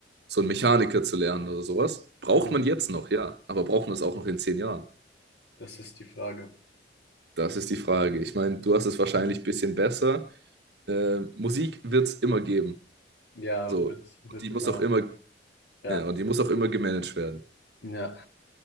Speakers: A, on the right; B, on the left.
A: so einen Mechaniker zu lernen oder sowas. Braucht
B: Mhm.
A: man jetzt noch, ja. Aber braucht man es auch noch in zehn Jahren?
B: Das ist die Frage.
A: Das ist die Frage. Ich meine, du hast es wahrscheinlich ein bisschen besser. äh, Musik wird es immer geben.
B: Ja,
A: So.
B: wird, wird
A: Und die
B: immer,
A: muss auch immer,
B: ja,
A: ja, und die muss auch immer gemanagt werden.
B: ja,